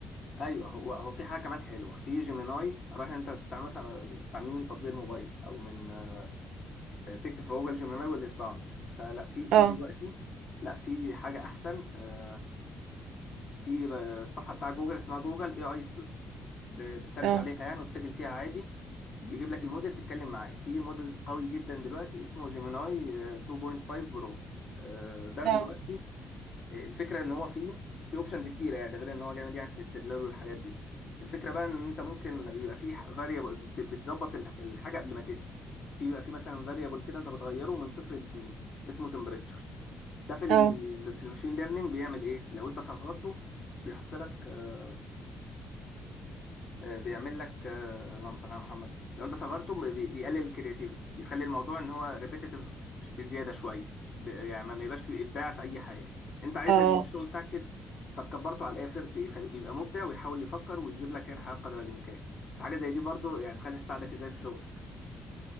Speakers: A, on the left; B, on the right.
A: ايوه هو هو في حاجه كمان حلوه في جيميناي رايح انت بتستعمل مثلا بتستعمليه من تطبيق الموبايل او من آه، بتكتب في جوجل جيميناي واللي يطلع لك فلا في في
B: اه
A: دلوقتي لا في حاجه احسن آه، في آه، الصفحه بتاع جوجل اسمها جوجل اي اي ستوديو بتسرش
B: اه
A: عليها يعني وتسجل فيها عادي بيجيب لك الموديل تتكلم معاه في موديل قوي جدا دلوقتي اسمه جيميناي آه، 2.5 برو آه، ده
B: اه
A: دلوقتي الفكره ان هو فيه في اوبشنز كتيره يعني غير ان هو جامد يعني في الاستدلال والحاجات دي الفكره بقى ان انت ممكن بيبقى فيه فاريبل بتظبط الح- الحاجه قبل ما تسال في بيبقى فيه مثلا فاريبل كده انت بتغيره من صفر لاتنين اسمه تمبريتشر ده في ال
B: اه
A: في الماشين ليرنينج بيعمل ايه لو انت صغرته بيحط لك آه، آه، بيعمل لك آه، اللهم صل على محمد لو انت صبرته بي- بي- بيقلل الكرياتيفيتي بيخلي الموضوع ان هو ريبيتيتيف بزياده شويه ب- يعني ما بيبقاش فيه ابداع في اي حاجه انت عايز
B: اه
A: الشغل بتاعك كده طب كبرته على الاخر بيخلي بيبقى مبدع ويحاول يفكر ويجيب لك يعني حاجه قدر الامكان فحاجه زي دي برضو يعني تخليها تساعدك ازاي في شغلك